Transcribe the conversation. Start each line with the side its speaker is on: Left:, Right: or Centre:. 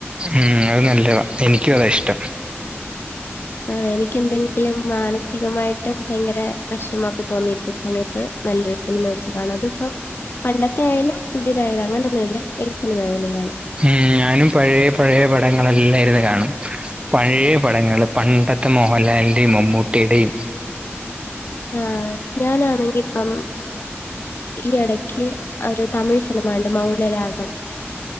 Right: ഉം അത് നല്ലതാ, എനിക്കും അതാ ഇഷ്ട്ടം
Left: ആഹ്, എനിക്ക് എന്തെങ്കിലും മാനസികമായിട്ട് ഭയങ്കര വെഷമൊക്കെ തോന്നിയിരിക്ക്ന്ന സമയത്ത്. നല്ലൊരു സിനിമ വെച്ച് കാണാം. അതിപ്പൊ പണ്ടത്തെ ആയാലും, പുതിയതായാലും, അങ്ങനെയൊന്നുല്ല. ഏത് സിനിമ ആയാലും കാണും.
Right: ഉം, ഞാനും പഴേ പഴേ, പടങ്ങളെല്ലാം ഇരുന്നു കാണും. പഴേ പടങ്ങള്. പണ്ടത്തെ മോഹൻലാലിന്റേം, മമ്മൂട്ടിയിടേം.
Left: ആഹ് ഞാനാണെങ്കി ഇപ്പം ഈ ഇടയ്ക്ക് ഒരു തമിഴ് സിനിമ കണ്ടു മൗനരാഗം